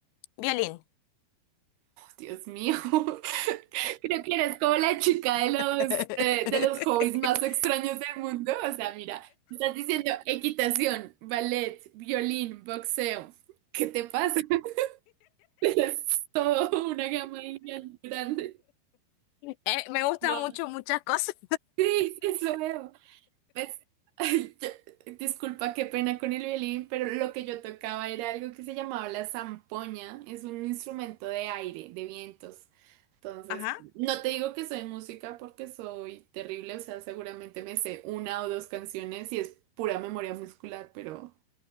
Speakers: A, on the left; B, on the right.
A: Violín.
B: Dios mío, <laughs> creo que eres como la chica de los,
A: <laughs>
B: eh, de los hobbies más extraños del mundo. O sea, mira, estás diciendo equitación, ballet, violín, boxeo. ¿Qué te pasa? <laughs> Es todo una gama ahí bien grande.
A: Eh, me gustan
B: Wow.
A: mucho muchas cosas.
B: Sí, sí, eso veo. Pues, ay, yo- disculpa, qué pena con el violín, pero lo que yo tocaba era algo que se llamaba la zampoña. Es un instrumento de aire, de vientos. Entonces,
A: Ajá.
B: no te digo que soy música porque soy terrible, o sea, seguramente me sé una o dos canciones y es pura memoria muscular, pero,